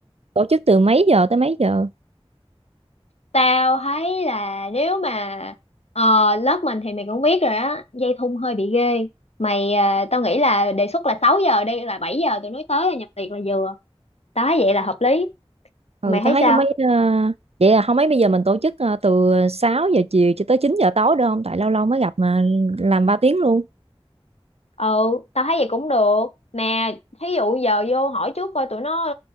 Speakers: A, on the right; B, on the left.
A: tổ chức từ mấy giờ tới mấy giờ
B: tao thấy là nếu mà ờ, lớp mình thì mày cũng biết rồi á dây thun hơi bị ghê mày ờ, tao nghĩ là đề xuất là 6 giờ đi là 7 giờ tụi nó tới là nhập tiệc là vừa tao thấy vậy là hợp lý
A: ừ
B: mày thấy
A: tao thấy
B: sao
A: không mấy ờ, vậy là không mấy bây giờ mình tổ chức ờ, từ 6 giờ chiều cho tới 9 giờ tối được không tại lâu lâu mới gặp mà làm 3 tiếng luôn
B: ừ tao thấy vậy cũng được mà thí dụ giờ vô hỏi trước coi tụi nó